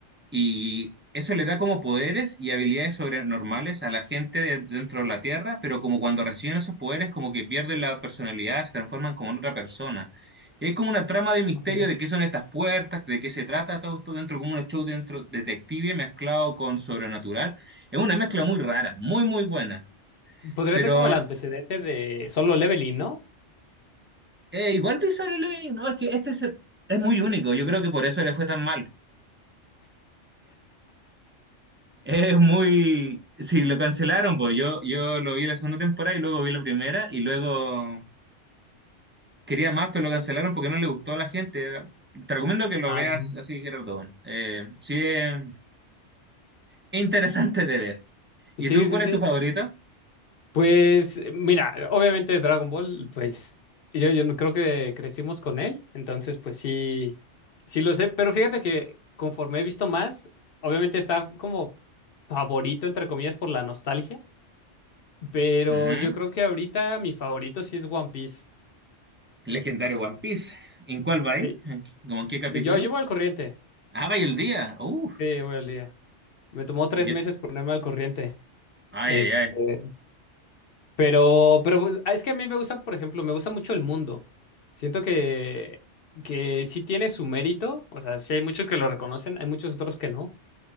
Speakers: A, on the right (about 15°); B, on the left (about 55°).
A: Y eso le da como poderes y habilidades sobrenormales a la gente de- dentro de la Tierra, pero como cuando reciben esos poderes, como que pierden la personalidad, se transforman como en otra persona. Y es como una trama de misterio
B: Okay.
A: de qué son estas puertas, de qué se trata, todo esto dentro, como un show dentro detective mezclado con sobrenatural. Es una mezcla muy rara, muy, muy buena.
B: Podría
A: Pero
B: ser como el antecedente de Solo Leveling, ¿no?
A: eh, igual Visual Living, no, es que este se- es muy único, yo creo que por eso le fue tan mal. Es muy... Sí, lo cancelaron, pues yo, yo lo vi la segunda temporada y luego vi la primera y luego quería más, pero lo cancelaron porque no le gustó a la gente. Te recomiendo que lo
B: Ah,
A: veas
B: ok.
A: así, Gerardo. bueno. Eh, sí, es es interesante de ver. ¿Y
B: Sí,
A: tú cuál
B: sí,
A: es
B: sí.
A: tu favorito?
B: Pues eh, mira, obviamente Dragon Ball, pues yo, yo no- creo que crecimos con él, entonces pues sí, sí lo sé, pero fíjate que conforme he visto más, obviamente está como favorito, entre comillas, por la nostalgia, pero
A: Ujú.
B: yo creo que ahorita mi favorito sí es One Piece.
A: Legendario One Piece. ¿En cuál
B: Sí.
A: va ahí? ¿En qué- ¿Cómo en qué capítulo?
B: Yo, yo voy al corriente.
A: Ah, va y el día. Uf.
B: Sí, voy al día. Me tomó tres
A: Y yo-
B: meses ponerme al corriente.
A: Ay,
B: Este,
A: ay, ay.
B: pero, pero es que a mí me gusta, por ejemplo, me gusta mucho el mundo. Siento que, que sí tiene su mérito. O sea, sí hay muchos que lo reconocen, hay muchos otros que no.